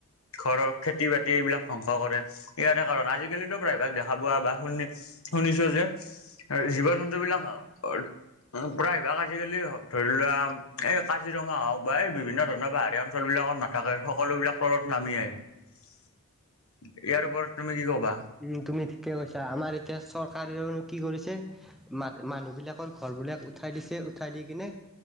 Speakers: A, on the left; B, in the centre.
A: ঘৰৰ খেতি বাতি এইবিলাক ধ্বংস কৰে ইয়াৰে কাৰণ আজিকালিতো প্ৰায়ভাগ দেখা পোৱা বা শুনি শুনিছো যে জীৱ -জন্তু বিলাক আ উ প্ৰায়ভাগ আজিকালি ধৰি লোৱা এই উ উ উ প্ৰায়ভাগ আজি কালি ধৰি লোৱা এই কাজিৰঙা হওক বা এই বিভিন্ন ধৰণৰ পাহাৰীয়া অঞ্চল বিলাকত না <unintelligible> থাকে সকলোবিলাক তলত নামি আহে ইয়াৰ ওপৰত তুমি কি কবা
B: উম তুমি ঠিকে কৈছা আমাৰ এতিয়া চৰকাৰেনো কি কৰিছে মা মানুহ বিলাকৰ ঘৰবিলাক উঠাই দিছে উঠাই দি কিনে